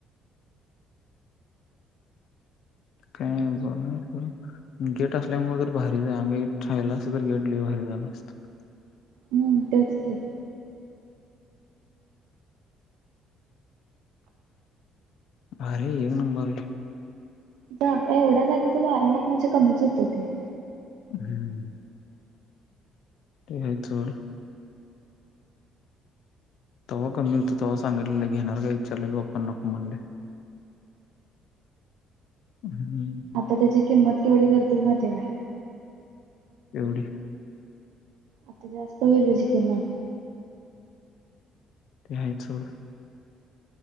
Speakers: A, on the left; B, on the right.
A: काय बघ गेट असल्यामुळे तर भारीच आम्ही राहिला अस तर गेट भारी. <unintelligible>
B: हम्म त्याच के
A: अरे येणा <unintelligible>
B: जा एवढ्या जागेच बारा लाख म्हणजे कमीच होत ते.
A: हम्म. ते आहेच. <unintelligible> तेव्हा कमी होतो तेव्हा सांगितल घेणार काय विचारलेल तेव्हा पप्पा नको म्हणले. हम्म
B: आता त्याची किंमत केवढी करतील माहिती हाय का?
A: एवढी.
B: आता जास्त होईल त्याची किम्मत.
A: ते आहे सोड